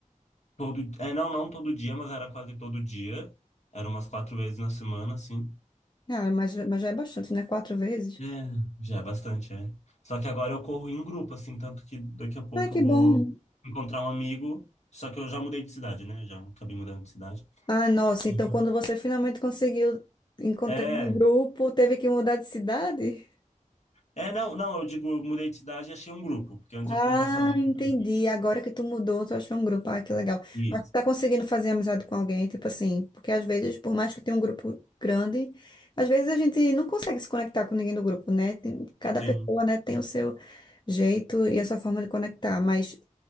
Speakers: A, on the left (about 55°); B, on the left (about 35°).
A: Todo, é, não, não todo dia, mas era quase todo dia. Era umas quatro vezes na semana, assim.
B: Ah, mas, mas já é bastante, né? Quatro vezes.
A: É, já é bastante, é. Só que agora eu corro em grupo, assim, tanto que daqui a pouco
B: Ai, que
A: eu
B: bom.
A: vou encontrar um amigo. Só que eu já mudei de cidade, né? Já acabei mudando de cidade.
B: Ah, nossa,
A: Uhum.
B: então quando você finalmente conseguiu encontrar
A: É,
B: um grupo, teve que mudar de cidade?
A: é, não, não, eu digo, eu mudei de cidade e achei um grupo, porque antes
B: Ah,
A: eu corria sozinho
B: entendi.
A: também.
B: Agora que tu mudou, tu achou um grupo. Ah, que legal.
A: Isso,
B: Mas tu tá conseguindo fazer amizade com alguém, tipo assim, porque às vezes, por mais que tenha um grupo grande, às vezes a gente não consegue se conectar com ninguém no grupo, né? Tem- cada
A: sim.
B: pessoa, né, tem o seu jeito e a sua forma de conectar, mas